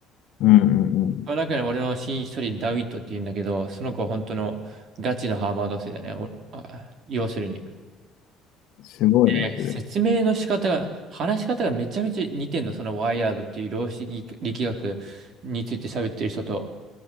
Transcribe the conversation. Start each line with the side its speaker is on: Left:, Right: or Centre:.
Left: うんうんうん。
Right: その中に俺の親一人ダウィットって言うんだけど、その子は本当のガチのハーバード生だよね。おあ、要するに。
Left: すごいな、
Right: で説明の仕方が、
Left: それ。
Right: 話し方がめちゃめちゃ似てんの。そのワイヤードっていう量子力学について喋ってる人と。